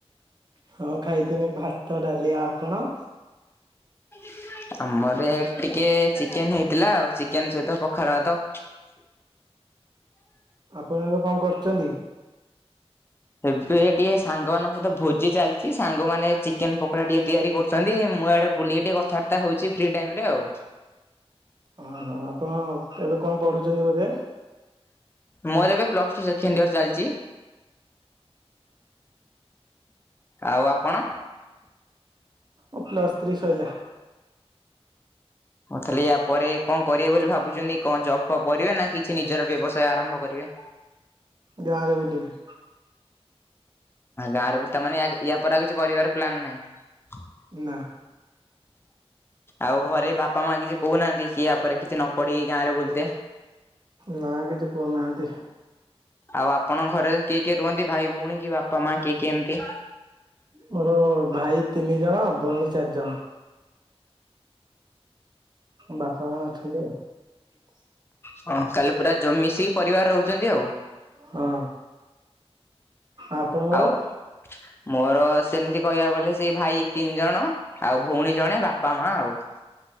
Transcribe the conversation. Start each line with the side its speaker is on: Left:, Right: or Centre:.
Right: ହଁ ଖାଇଥିନି ଭାତ ଡାଲି ଆପଣ?
Left: <inaudible> ଆମର ଟିକେ ଚିକେନ ହେଇଥିଲା ଆଉ ଚିକେନ ସହିତ ପଖାଳ ଭାତ। <inaudible>
Right: ଆପଣ ଏବେ କଣ କରୁଛନ୍ତି?
Left: ଏବେ ଟିକେ ସାଙ୍ଗମାନାନଙ୍କ ସହିତ ଭୋଜି ଚାଲିଛି ସାଙ୍ଗମାନେ ଚିକେନ ପକୋଡା ଟିକେ ତିଆରି କରୁ ଆଛନ୍ତି ମୁଁ ଆଡେ ବୁଲିକି ଟିକେ କଥାବାର୍ତ୍ତା ହଉଛି ଫ୍ରି ଟାଇମ୍ ରେ ଆଉ।
Right: ଓହୋ ଆପଣ ଏବେ କଣ ପଢୁଛନ୍ତି ବୋଧେ
Left: ମୋର ଏବେ ପ୍ଲସ ଟୁ ସେକେଣ୍ଡ ଇୟର ଚାଲିଛି। ଆଉ ଆପଣ?
Right: ଓ ପ୍ଲସ୍‌ ଥ୍ରୀ ଶଇଲା।
Left: ହଁ ତାହେଲେ ୟା ପରେ କଣ କରିବେ ବୋଲି ଭାବୁଛନ୍ତି କଣ ଜବ ଫପ୍ କରିବେ ନା କିଛି ନିଜର ବ୍ୟବସାୟ ଆରମ୍ଭ କରିବେ।
Right: ଗାଁ ରେ ବୁଲିବି।
Left: ଗାଁରେ ତାମାନେ ୟା ପରେ ଆଉ କିଛି କରିବାର ପ୍ଲାନ ନାହିଁ।
Right: ନା
Left: ଆଉ ଘରେ ବାପା ମା କି ଯେ କହୁନାହାନ୍ତି କିଏ ଆପରେ କିଛି ନ ପଢିକି ଗାଁରେ ବୁଲଦେ।
Right: ନା କିଛି କହୁନାହାନ୍ତି।
Left: ଆଉ ଆପଣଙ୍କ ଘରେ କିଏ କିଏ ରୁହନ୍ତି ଭାଇ ଭଉଣୀ କି ବାପା ମା କିଏ କିଏ ଏମିତି।
Right: ମୋର ଭାଇ ତିନି ଜଣ ଭଉଣୀ ଚାରିଜଣ। ବାପା ମା ଅଛନ୍ତି ଆଉ। ଶ
Left: ତାହେଲେ ପୁରା ମିଶିକି ପରିବାର ରହୁଛନ୍ତି ଆଉ।
Right: ହଁ ଆପଣଙ୍କର
Left: ଆଉ ମୋର ସେମିତି କହିବାକୁ ଗଲେ ସେଇ ଭାଇ ତିନି ଜଣ ଆଉ ଭଉଣୀ ଜଣେ ବାପା ମା ଆଉ।